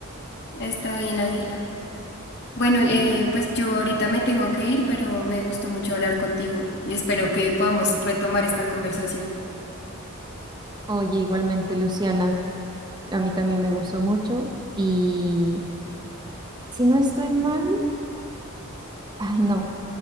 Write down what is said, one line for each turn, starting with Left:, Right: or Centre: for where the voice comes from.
Left: Está bien, Ángela. Bueno, eh, pues yo ahorita me tengo que ir, pero me gustó mucho hablar contigo y espero que podamos retomar esta conversación.
Right: Oye, igualmente, Luciana, a mí también me gustó mucho y... Si no estoy mal, Ay, no.